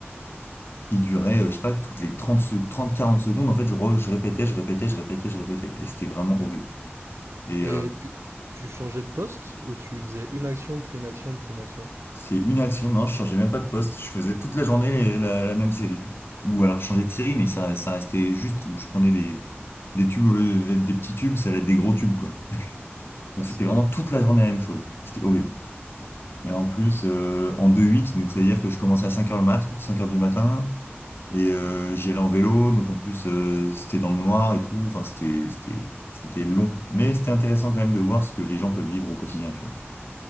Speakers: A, on the left; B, on the right.
A: qui durait, euh, je sais pas, toutes les 30, trente quarante secondes, en fait, je, re- je répétais, je répétais, je répétais, je répétais. Et c'était vraiment horrible. Et
B: Et
A: euh,
B: tu tu changeais de poste ou tu faisais une action, puis une action, puis une action?
A: c'est une action, non, je changeais même pas de poste, je faisais toute la journée les- la, la même série. Ou alors je changeais de série, mais ça, ça restait juste où je prenais des, des tubes au lieu d'être des petits tubes, ça allait être des gros tubes, quoi. Donc
B: Ah,
A: c'était
B: c'est
A: vraiment toute la journée la même chose. C'était horrible. Et en plus, euh, en deux huit donc c'est-à-dire que je commençais à cinq heures le mat, cinq heures du matin, Et euh, j'y allais en vélo, donc en plus euh, c'était dans le noir et tout. Enfin, c'était c'était c'était long, mais c'était intéressant quand même de voir ce que les gens peuvent vivre au quotidien, tu vois.